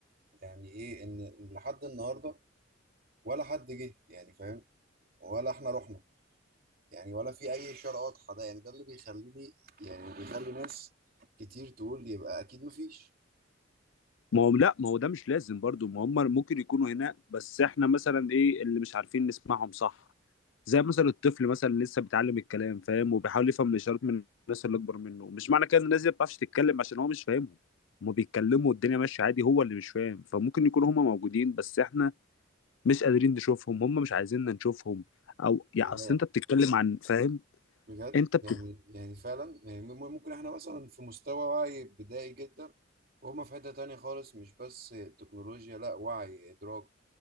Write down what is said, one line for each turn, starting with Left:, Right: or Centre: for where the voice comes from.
Right: يعني ايه ان لحد النهاردة ولا حد جه يعني فاهم ولا احنا رحنا يعني ولا في اي اشارة واضحة ده يعني ده اللي بيخليني يعني بيخلي ناس كتير تقول يبقى اكيد مفيش
Left: ما هو لا ما هو ده مش لازم برضو ما هم ممكن يكونوا هنا بس احنا مثلا ايه اللي مش عارفين نسمعهم صح زي مثلا الطفل مثلا لسه بيتعلم الكلام فاهم وبيحاول يفهم الاشارات من الناس اللي اكبر منه مش معنى كده ان الناس دي ما بتعرفش تتكلم عشان هو مش فاهمهم هما بيتكلموا والدنيا ماشيه عادي هو اللي مش فاهم فممكن يكونوا هما موجودين بس احنا مش قادرين نشوفهم هما مش عايزيننا نشوفهم او يعني
Right: يا جدع
Left: اصل انت بتتكلم عن فاهم
Right: بجد
Left: انت بت...
Right: يعني يعني فعلا يعني م- ممكن احنا مثلا في مستوى وعي بدائي جدا وهم في حتة تانية خالص مش بس تكنولوجيا لا وعي إدراك